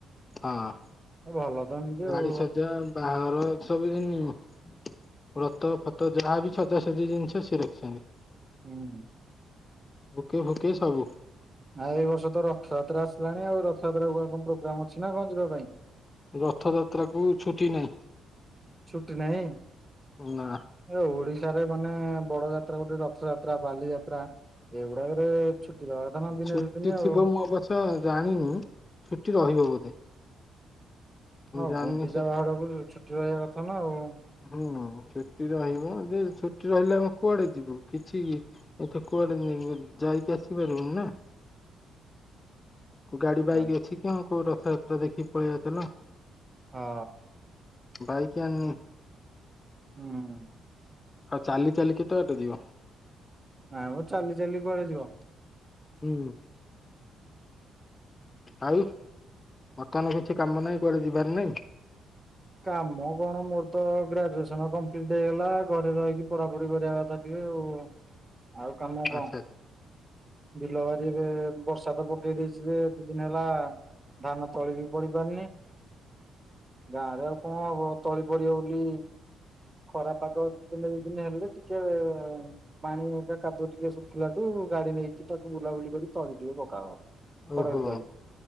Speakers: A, on the left; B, on the right.
A: ହଁ
B: ଭଲ ତ ଏମିତି
A: ଗାଡି
B: ଆଉ
A: ସଜ୍ୟା ବାହାର ସବୁ ଦିନିବ୍ରତ ଫତ ଯାହାବି ସଜାସଜି ଜିନିଷ <inaudible>
B: ହୁଁ
A: ଭୁକେ ଭୁକେ ସବୁ
B: ଆ ଏଇ ବର୍ଷ ତ ରଥଯାତ୍ରା ଆସିଲାଣି ଆଉ ରଥଯାତ୍ରା କ କଣ ପ୍ରୋଗ୍ରାମ ଅଛି ନା କଣ ଯିବା ପାଇଁ
A: ରଥଯାତ୍ରା କୁ ଛୁଟି ନାହିଁ
B: ଛୁଟି ନାହିଁ,
A: ନା
B: ଓଡିଶା ମାନେ ବଡ ଯାତ୍ରା ଗୋଟେ ରଥଯାତ୍ରା, ବାଲିଯାତ୍ରା, ଏଗୁଡାକରେ ଛୁଟି ଦବା କଥା ନା ଦିନେ
A: ଛୁଟି
B: ଦି ଦିନି ଆଉ।
A: ଥିବ ମୁଁ ଅବସ୍ୟଜାଣିନି, ଛୁଟି ରହିବ ବୋଧେ ମୁଁ
B: ହଁ
A: ଜାଣିନି
B: ଗୁଣ୍ଡିଚା
A: ସେ
B: ବାହୁଡା କୁ ଛୁଟି ରହିବା କଥା ନା ଆଉ
A: ହୁଁ ଛୁଟି ରହିବ ଯେ ଛୁଟି ରହିଲେ ଆମେ କୁଆଡେ ଯିବୁ କିଛି ଏଠି କୁଆଡେ ନେଇ ଯାଇକି ଆସିପାରିବିନି ନା
B: <inaudible>
A: ଗାଡି ବାଇକି
B: ହଁ
A: ଅଛି କିକୋଉ ରଥଯାତ୍ରା ଦେଖିକି ପଳେଇଆସିଲ
B: ହଁ
A: ଭାଇକି ଅନନି
B: ହୁଁ
A: ଆଉ ଚାଲି ଚାଲି କେତେ ବାଟ ଯିବ
B: ନାମ ଚାଲି ଚାଲି ପରେୁଡ ଯିବ
A: ହୁଁ ଆଉ ମତମାନ କିଛି କାମ ନାହିଁ କୁଆଡେ ଯିବାର ନାାଇଁ
B: କାମ କଣ ମୋର ତ ଗ୍ରାଜୁଏସନ କମ୍ପ୍ଲିଟ ହେଇଗଲା ଘରେ ରହିକି ପଢାପଢି କରିବା କଥା ଟିକେ ଆଉ କାମ
A: ଆଚ୍ଛା
B: କଣ ବିଲବାରି ଏବେ ବର୍ଷା ତ ପକେଇ ଦେଇଛି ଯେ ଦି ଦିନ ହେଲା ଧାନ ତଳି ବି ପଡିପାରନି ଗାଁ ରେ ଆଉ କଣ ହବ ତଳି ପଡିବ ବୋଲି ଖରାପାଗ ଦିନ ଦି ଦିନ ହେଲେ ଟିକେ ପାଣି ଏଟା କାଦୁଅ ଟିକେ ଶୁଖିଲାଠୁ ଗାଡି ନେଇି ତାକୁ ବୁଲାବୁଲି କରି ତଳି ଟିକେ ପକାହବ,
A: ଆଚ୍ଛା
B: ଖରଡି
A: ଓହୋ
B: ତଳି